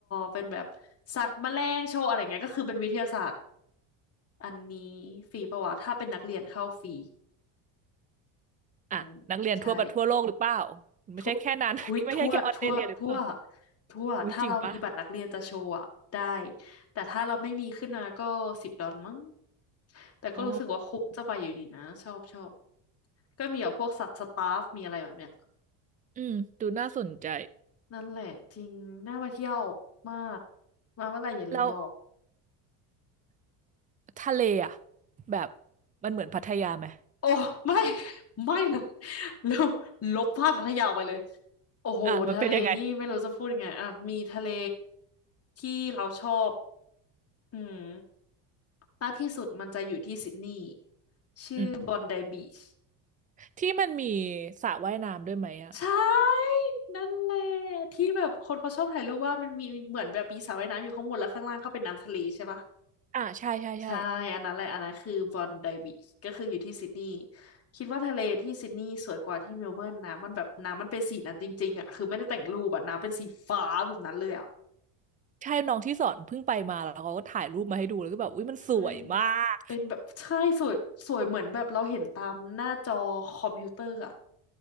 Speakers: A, on the left; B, on the right.
A: เป็นแบบสัตว์แมลงโชว์อะไรเงี้ยก็คือเป็นวิทยาศาสตร์อันนี้ฟรีปะวะถ้าเป็นนักเรียนเข้าฟรี
B: อ่ะนักเรียนทั่วประทั่วโลกหรือเปล่า
A: อืมใช่
B: ไม่ใช่แค่นั้น
A: ทั่วทุยทั่วทั่วทั่ว
B: <laughs> ไม่ใช่แค่ออสเตรเลียหรือเปล่า
A: ทั่วถ้าเรามีบัตรนักเรียนจะโชว์อะได้
B: อุ้ยจริงป่ะ
A: แต่ถ้าเราไม่มีขึ้นมาก็สิบดอลมั้งแต่ก็รู้สึกว่าคุ้มจะไปอยู่ดีนะชอบชอบ
B: อ๋อ
A: ก็มีแบบพวกสัตว์สตาฟมีอะไรแบบเนี้ย
B: อืมดูน่าสนใจ
A: นั่นแหละจริงน่าไปเที่ยวมากมาเมื่อไหร่อย่าลืมบอก
B: แล้วทะเลอ่ะแบบมันเหมือนพัทยาไหม
A: โอ้ไม่ <laughs> ไม่เลย <laughs> เร็วลบภาพพัทยาออกไปเลยโอ้โหทะเลนี่ไม่รู้จะพูดยังไงอ่ะมีทะเล
B: อ่ะมันเป็นยังไง
A: ที่เราชอบ อืมมากที่สุดมันจะอยู่ที่ซิดนีย์ชื่อบอนไดบีช
B: อืมที่มันมีสระว่ายน้ำด้วยไหมอ่ะ
A: ใช่นั่นแหละที่แบบคนเขาชอบถ่ายรูปว่ามันมีเหมือนแบบมีสระว่ายน้ำอยู่ข้างบนแล้วข้างล่างก็เป็นน้ำทะเลใช่ปะ
B: อ่าใช่ใช่ใช่
A: ใช่อันนั้นแหละอันนั้นคือบอนไดบีชก็คืออยู่ที่ซิดนีย์คิดว่าทะเลที่ซิดนีย์สวยกว่าที่เมลเบิร์นนะมันแบบน้ำมันเป็นสีนั้นจริงๆอ่ะคือไม่ได้แต่งรูปอ่ะน้ำเป็นสีฟ้าแบบนั้นเลยอ่ะ
B: ใช่น้องที่สอนเพิ่งไปมาแล้วเขาก็ถ่ายรูปมาให้ดูแล้วก็แบบอุ้ยมันสวยมาก
A: ใช่ เป็นแบบใช่สวยสวยเหมือนแบบเราเห็นตามหน้าจอคอมพิวเตอร์อะ